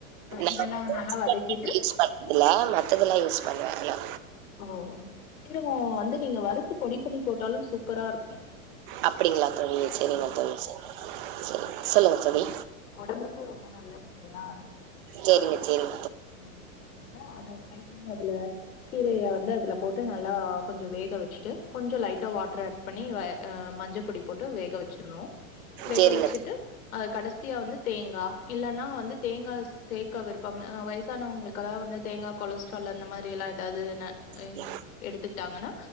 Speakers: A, on the right; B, on the left.
A: <inaudible>
B: இதெல்லா நல்லா வதக்கிட்டு
A: ஸ் பண் தில்ல மத்தெல்லா யூஸ் பண்ணுவ எல்லா
B: ஓ சீரகோ வந்து நீங்க வறுத்து பொடி பண்ணி போட்டாலு சூப்பரா இருக்கு
A: அப்டிங்ளா தோழி செரிங்க
B: ம்
A: தோழி செர் சொல்லுங்க தோழி
B: ஒடம்புக்கூ ரொம்ப நல்லது இல்லையா
A: சேரிங்க சேரிங்
B: அ அதுனால அத ட்ரை பங் அதுல கீரைய வந்து அதுல போட்டு நல்லா கொஞ்சோ வேக வச்சுட்டு கொஞ்சோ லைட்டா வாட்ரு ஆட் பண்ணி வே மஞ்ச பொடி போட்டு வேக வச்சிர்ணு வேக
A: சரிங்க
B: வச்சுட்டு அது கடசியா வந்து தேங்கா இல்லனா வந்து தேங்கா சேக்க விருப்பம்மு அ வய்சானவ்ங்ளுக்கலா வந்து தேங்கா கொலஸ் ட்ரால் அந்த மாரி எல்லா எதாது ந
A: தோழி
B: எய் எடுத்துக்ட்டாங்கனா